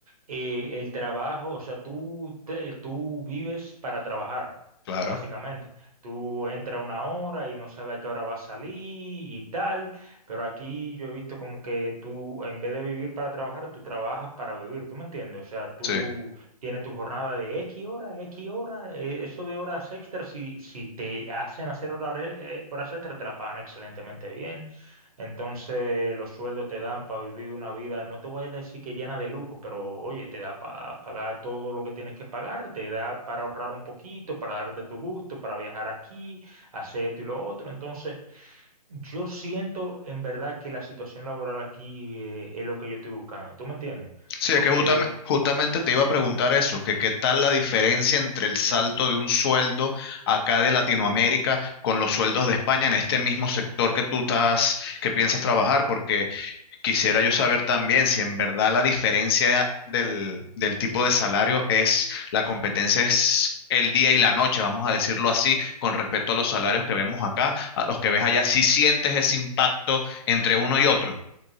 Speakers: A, on the right; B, on the left.
A: eh, el trabajo, o sea, tú, te- tú vives para trabajar,
B: claro,
A: básicamente. Tú entras una hora y no sabes a qué hora vas a salir y tal, pero aquí yo he visto como que tú, en vez de vivir para trabajar, tú trabajas para vivir, ¿tú me entiendes? O sea, tú...
B: sí.
A: Tiene tu jornada de X hora, X hora, eh, eso de horas extras, si, si te hacen hacer horas, eh, horas extras, te la pagan excelentemente bien. Entonces, los sueldos te dan para vivir una vida, no te voy a decir que llena de lujo, pero oye, te da para pagar todo lo que tienes que pagar, te da para ahorrar un poquito, para darte tu gusto, para viajar aquí, hacer esto y lo otro. Entonces, yo siento en verdad que la situación laboral aquí eh, es lo que yo estoy buscando. ¿Tú me entiendes?
B: Sí,
A: Porque
B: es que justame- justamente te iba a preguntar eso, que qué tal la diferencia entre el salto de un sueldo acá de Latinoamérica con los sueldos de España en este mismo sector que tú estás, que piensas trabajar, porque quisiera yo saber también si en verdad la diferencia del, del tipo de salario es, la competencia es el día y la noche, vamos a decirlo así, con respecto a los salarios que vemos acá, a los que ves allá, si sientes ese impacto entre uno y otro.